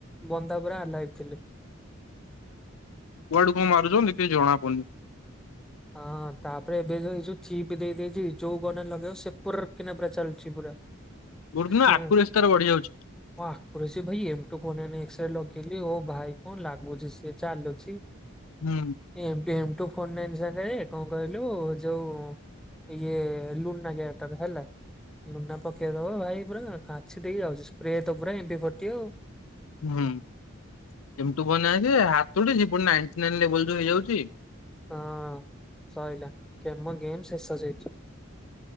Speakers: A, in the centre; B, on the left.
A: ବନ୍ଦା ପୁରା ଲାଇଫ ଥିଲେ।
B: କୁଆଡୁ କଣ ମାରୁଛ କିଛି ଜଣା ପଡୁନି।
A: ହଁ ତାପରେ ଏବେ ଯୋଉ ଏଇ ଚିପ ଦେଇଦେଇଛି ଯୋଉ ବଲ ଲଗେଇବ ସେ ପୁରର କିନା ପୁରା ଚାଲୁଛି ପୁରା।
B: ଗୋଟେ ଦିନ
A: ହଁ,
B: ଆକୁରେସି ତାର ବଢି ଯାଉଛି
A: ବାଃ କୁରସି ଭାଇ ଏମ ଟୁ ଫନ ନେ ସେଟା ଲଗେଲି ଅହ ଭାଇ କଣ ଲାଗୁଛି, ସେ ଚାଲୁଛି
B: ହୁଁ।
A: A M P M M two nine ସାଙ୍ଗରେ କଣ କହିଲୁ ଯୋଉ ଇଏ ଲୁନା କେୟାର ତା ପରେ ହେଲା। ଲୁନା ପକେଇ ଦବ ଭାଇ ପୁରା କାଞ୍ଚ ଦେଇ ଇସ୍ପ୍ରେ ତ ପୁରା ଏବେ ପକେଇବୁ,
B: ହୁଁ <unintelligible> ନାଇଯେ ହାତଟି ଯେପରି ନାଇନଟି ନାଇନ ଲେବଲ ରେ ହେଇଯାଉଛି।
A: ହଁ ସରିଲା, କେମନ ଗେମ୍ ଶେଷ ଯେଇଛି।